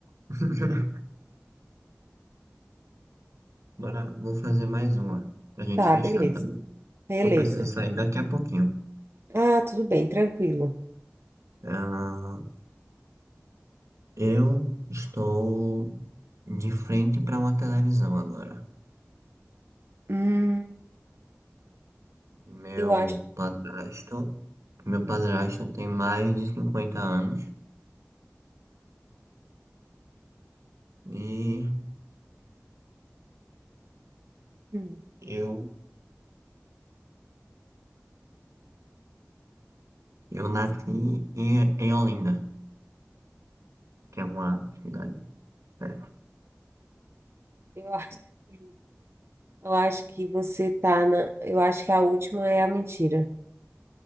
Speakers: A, on the right (about 80°); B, on the right (about 55°).
A: <laughs> Bora, vou fazer mais uma pra gente
B: Tá,
A: fechar,
B: beleza,
A: tá bom?
B: beleza.
A: Que eu preciso sair daqui a pouquinho.
B: Ah, tudo bem, tranquilo.
A: Ah, eu estou de frente para uma televisão agora.
B: Hum,
A: Meu
B: eu acho,
A: padrasto, meu padrasto tem mais de 50 anos e
B: hum,
A: eu eu nasci em, em Olinda, que é uma cidade perto.
B: eu acho, que- eu acho que você tá na, eu acho que a última é a mentira.